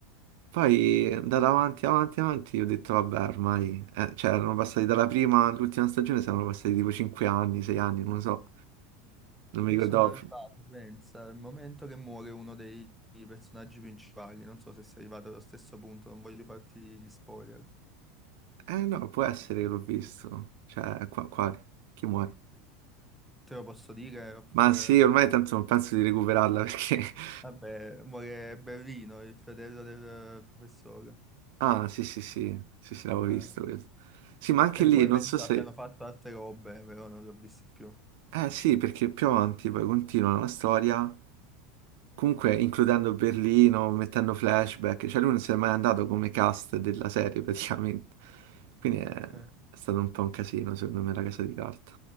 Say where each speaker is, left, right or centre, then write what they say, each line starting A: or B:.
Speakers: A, on the right (about 70°); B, in the centre.
A: Poi è andata avanti, avanti, avanti, ho detto vabbè, ormai, eh, cioè erano passati dalla prima all'ultima stagione, saranno passati tipo 5 anni, 6 anni, non lo so, non mi
B: Io
A: ricordavo
B: sono arrivato,
A: più.
B: pensa, al momento che muore uno dei personaggi principali. Non so se sei arrivato allo stesso punto, non voglio farti spoiler.
A: Eh no, può essere che l'ho visto, cioè qua, quale? Chi muore?
B: Te lo posso dire, oppure...
A: Ma sì, ormai tanto non penso di recuperarla perché... <laughs>
B: Vabbè, muore Berlino, il fratello del professore.
A: Ah, sì, sì, sì, sì, sì, l'avevo
B: Eh.
A: visto questo. Sì, ma anche
B: E
A: lì,
B: poi
A: non
B: penso
A: so se...
B: abbiano fatto altre robe, però non l'ho visto più.
A: Eh sì, perché più avanti poi continua la storia Comunque, includendo Berlino, mettendo flashback, cioè lui non si è mai andato come cast della serie <laughs> praticamente. Quindi è,
B: Ok.
A: è stato un po' un casino, secondo me, la casa di carta.